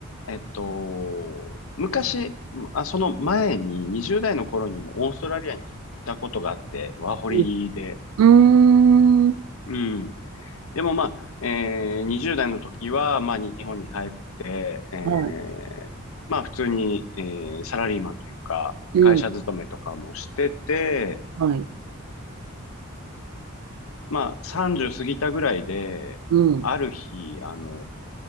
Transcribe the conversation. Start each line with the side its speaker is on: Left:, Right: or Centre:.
Left: えっと、昔、まあ、その前に20代の頃にもオーストラリアに行ったことがあって、ワーホリで。
Right: うん。うーん。
Left: うん。でもまあ、えー、20代の時は、まあ、日本に帰って、えー、
Right: は
Left: まあ、普通に、えー、サラリーマンというか、
Right: い。
Left: 会社勤めとかもしてて、
Right: うん。はい。
Left: まあ、30過ぎたぐらいで、
Right: うん。
Left: ある日、あの、